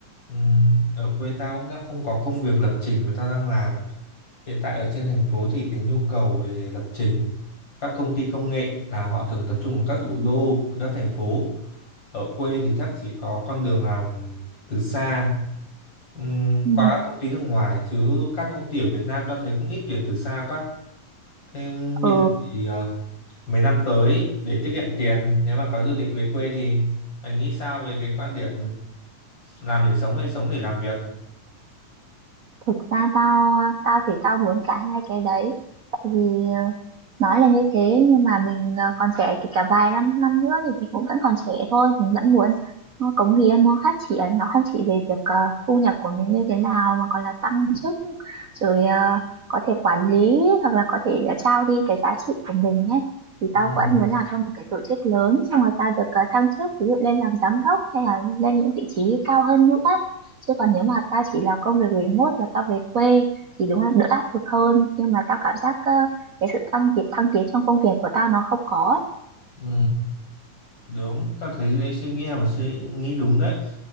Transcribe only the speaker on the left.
ừm, ở quê tao cũng đang không có công việc lập trình mà tao đang làm. Hiện tại ở trên thành phố thì cái nhu cầu về lập trình các công ty công nghệ là họ thường tập trung ở các thủ
đô và các thành phố. Ở quê thì chắc chỉ có con đường làm từ xa ừm,
qua các công ty nước ngoài chứ các công ty ở Việt Nam tao thấy cũng ít tuyển từ xa quá. Thế
bây giờ thì ờ, mấy năm tới để tiết kiệm tiền nếu mà có dự định về quê thì anh nghĩ sao về cái quan điểm làm để sống hay sống để làm việc?
Ừ,
ừ,
ừ. đúng, ta thấy đấy suy nghĩ là một suy nghĩ đúng đấy.